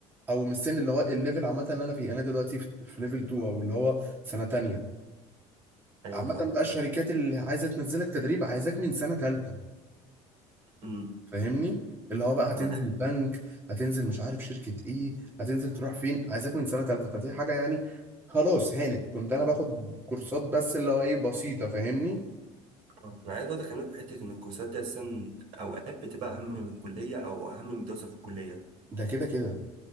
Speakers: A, on the right (about 15°); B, on the right (about 75°).
A: او من السن اللي هو الليفل عامه اللي انا فيه انا دلوقتي في في ليفل 2 او اللي هو سنه تانية
B: ايوه
A: عامه
B: فاهم
A: بقى الشركات
B: انت
A: اللي عايزه تنزلك تدريب عايزاك من سنه تالتة
B: امم
A: فاهمني اللي هو بقى هتنزل
B: انا عايز
A: بنك هتنزل مش عارف شركه ايه هتنزل تروح فين عايزاك من سنه تالتة فدي حاجه يعني خلاص هانت كنت انا باخد كورسات بس اللي هو ايه بسيطه فاهمني
B: انا عايز برضه اكلمك في حته ان الكورسات دي اساسا اوقات بتبقى اهم من الكليه او اهم من الدراسه في الكليه
A: ده كده كده